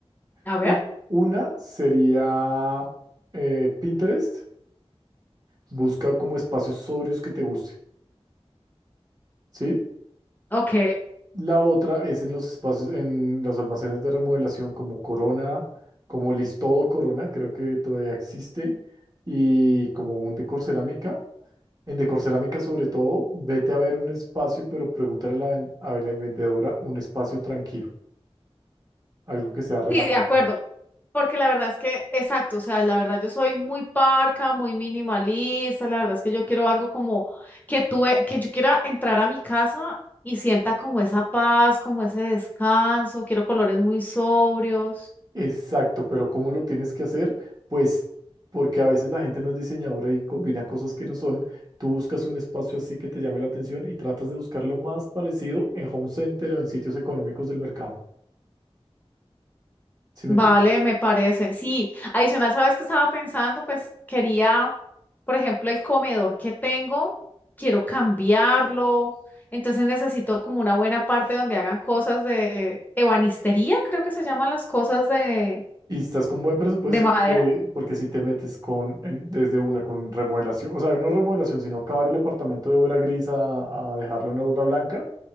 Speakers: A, on the left (about 15°); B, on the right (about 35°).
A: A
B: U-
A: ver,
B: Una sería eh, Pinterest. Busca como espacios sobrios que te gusten, ¿sí?
A: ok,
B: La otra es en los espacios, en los almacenes de remodelación como Corona, como Listodo Corona, creo que todavía existe, y como un Decor Cerámica. En Decor Cerámica, sobre todo, vete a ver un espacio, pero pregúntale a la, ven- a la vendedora un espacio tranquilo, algo que sea relajado.
A: sí, de acuerdo, Porque la verdad es que, exacto, o sea, la verdad yo soy muy parca, muy minimalista, la verdad es que yo quiero algo como que tuve, que yo quiera entrar a mi casa y sienta como esa paz, como ese descanso, quiero colores muy sobrios.
B: Exacto, pero ¿cómo lo tienes que hacer? Pues porque a veces la gente no es diseñadora y combina cosas que no son. Tú buscas un espacio así que te llame la atención y tratas de buscar lo más parecido en home center o en sitios económicos del mercado. ¿Sí me
A: Vale,
B: entiendes?
A: me parece. Sí, adicional, ¿sabes qué estaba pensando? Pues quería, por ejemplo, el comedor que tengo, quiero cambiarlo. Entonces necesito como una buena parte donde hagan cosas de ebanistería, creo que se llaman las cosas de
B: Y estás con buen presupuesto,
A: de madera.
B: eh, porque si te metes con, en- desde una con remodelación, o sea, no remodelación, sino acabar el apartamento de obra gris a, a dejarlo en obra blanca,